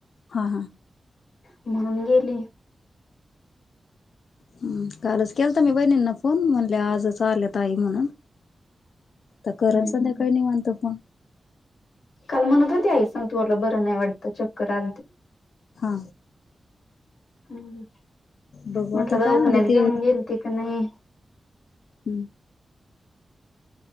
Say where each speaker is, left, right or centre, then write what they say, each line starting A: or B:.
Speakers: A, on the left; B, on the left.
A: हा हा.
B: म्हणून गेली.
A: हम्म कालच केल तर मी वहिनींना फोन म्हणले आजच आल्या ताई म्हणून तर करण
B: हम्म.
A: संध्याकाळी नाही म्हनतो फोन
B: काल म्हणत होते आई संतु भाऊ ला बरं नाही वाटत चक्कर आ.
A: हा.
B: हम्म हम्म,
A: बघू
B: म्हटलं
A: आता
B: दवाखण्यात
A: काय म्हणते ते
B: घेऊन गेलती का नाही
A: हम्म.